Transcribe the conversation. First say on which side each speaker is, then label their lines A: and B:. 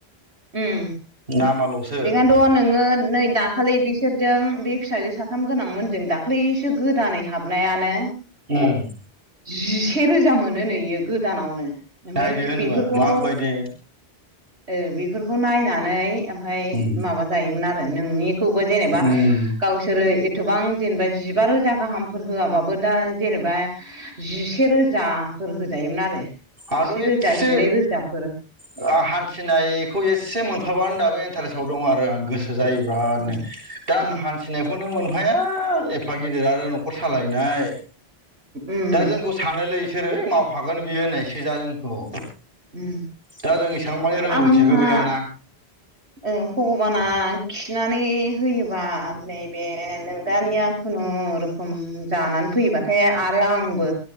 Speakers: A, on the right; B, on the right.
A: उम
B: नामाल'स
A: बेखायनोथ' नोङो नै दाखालै बिसोरजों बे फिसाजो साथाम गोनांमोन जों दाख्लैसो गोदानै हाबनायानो
B: उम।
A: जिसे रोजा मोनोनो इयो गोदानावनो ओमफ्राय
B: नायदो होनबा
A: बेफोरखौ
B: माबायदि
A: ओ बेफोरखौ नायनानै ओमफाय
B: उम
A: माबा जायोमोन आरो नोंनि खौ बा जेनेबा
B: उम
A: गावसोरो एथबां जेनबा जि बा रोजा गाहामफोर होआबाबो दा जेनेबा जिसे रोजाफोर होजायोमोन आरो जिसे
B: आगोलनिखौसो
A: रोजा जिनै रोजाफोर
B: ओ हान थिनायखौ एसे मोनफाबानो दाबो इन्थारेसआव दं आरो आं गो जायो बिरादनो।
A: उम
B: दा आं
A: उम
B: हान्थिनायखौनो मोन फाया एफा गिदिर आरो न'खर सालायनाय
A: उम
B: दा जोंखौ सानोलै बिसोरो मावफागोन बियो होननायसो <unintelligible> जों औ
A: उम
B: दा जों एसां मानि रोंगौथिबो
A: आंहा
B: गैयाना।
A: ओ भगबाना खिथिना नै होयोबा नैबे नोंदानिया खुनुरुखुम जानानै फैयोबा थाय आरो आंबो